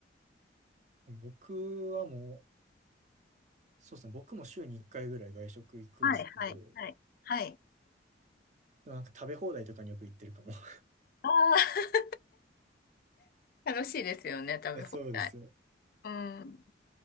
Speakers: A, on the right (about 40°); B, on the left (about 50°).
A: 僕はもう、そうですね。僕も週に1回ぐらい外食行くんですけど、
B: はい、はい、はい、はい。
A: でもなんか食べ放題とかによく行ってるかも。<laughs>
B: ああ、<laughs> 楽しいですよね。食べ放題。
A: だそうですよ。
B: うん。